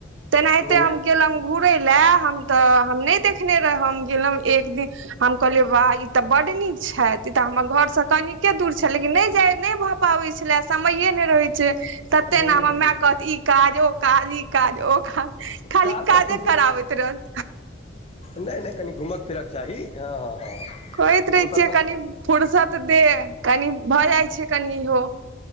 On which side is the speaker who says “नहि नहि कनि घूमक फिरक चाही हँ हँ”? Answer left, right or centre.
Left